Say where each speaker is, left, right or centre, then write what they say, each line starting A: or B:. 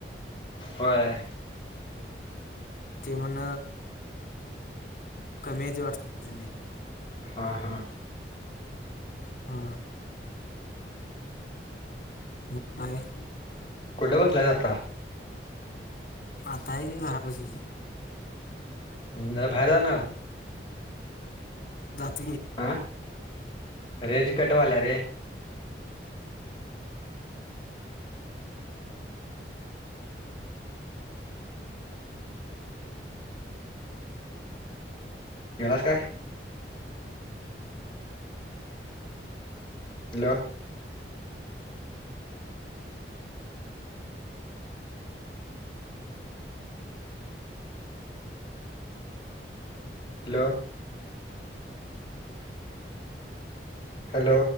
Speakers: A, on the left; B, on the left.
A: होय
B: ते म्हन कमी याज वाट <unintelligible>
A: हा हां
B: हा मग काय?
A: कुठ बसलायसं आता
B: आता हाय की, घरापाशी
A: म बाहेर जाणारये
B: जातो की,
A: हं, रेंज कट वायल्या रे येणारेस काय? Hello hello. हॅलो.